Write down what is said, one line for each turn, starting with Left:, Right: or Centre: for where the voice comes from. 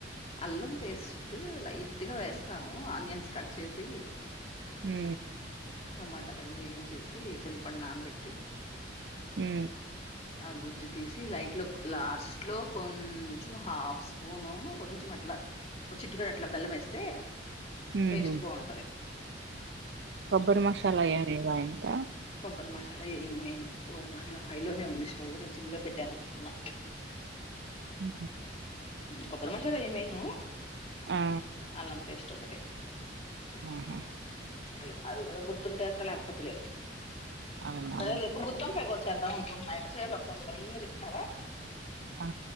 Left: అల్లం పేస్ట్ లైట్గా వేస్తాను ఆనియన్స్ కట్ చేసి
Right: మ్
Left: టమాట అదన్నీ వేయించేసి చింతపండు నానబెట్టి
Right: మ్
Left: ఆ గుజ్జు తీసి లైట్ లో లాస్ట్ లో కొంచెం హాఫ్ స్పూను కొంచెం అట్లా ఒక చిట్టుకాడ అట్లా బెల్లం వేస్తే
Right: ఉహు
Left: టేస్ట్ బాగుంటది
Right: కొబ్బరి మసాలా
Left: అది
Right: ఏవ ఇవ ఎంత
Left: కొబ్బరి మసాలా ఏను వెయ్యను ఓరినాయనో హైలోనే ఉంది స్టవ్ నేను సిమ్ లో పెట్టాను అనుకున్నా
Right: ఉ
Left: కొబ్బరి మషాలా ఏమైను
Right: ఆ
Left: ఆలం పేస్ట్ ఒకటి
Right: ఆహా
Left: ర్ అది కూడా గుర్తుంటతలే లేకపోతే లేదు
Right: అవునా
Left: అ రేపు గుత్తివంకాయ కుర్ చా ఉనుకుంటున్నా ఎట్లా చెయ్యాలో కొంచెం వివరాం గా చెప్తావా
Right: ఆ